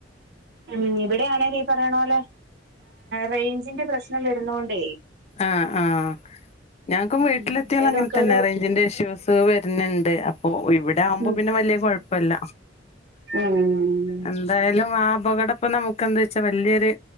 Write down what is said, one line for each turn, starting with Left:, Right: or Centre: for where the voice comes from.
Right: ഉം ഇവിടെയാണേ ലീ പറയണ പോലെ റേഞ്ചിന്റെ പ്രശ്നം വരുന്നൊണ്ടേ
Left: ആഹ് ആഹ് ഞങ്ങക്കും
Right: ഉം
Left: വീട്ടിലെത്തിയ
Right: എന്തേലുവൊക്കെ
Left: അങ്ങനെ തന്നെ
Right: ഒരു
Left: റേഞ്ചിന്റെ ഇഷ്യൂസ് ണ്ട് അപ്പൊ ഇവിടെ ആവുമ്പോ
Right: ഉം
Left: പിന്നെ വലിയ കുഴപ്പല്ല
Right: ഉം
Left: എന്തായാലും ആ അപകടപ്പം നമുക്ക് എന്താ വെച്ചാൽ വല്യൊര്